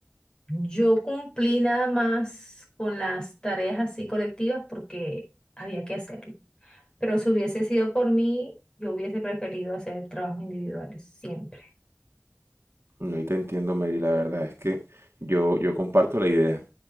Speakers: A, on the left; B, on the right.
A: yo cumplí nada más con las tareas así colectivas porque había que hacerlo. Pero si hubiese sido por mí, yo hubiese preferido hacer trabajos individuales, siempre.
B: No, y te entiendo, Mary, la verdad es que yo, yo comparto la idea,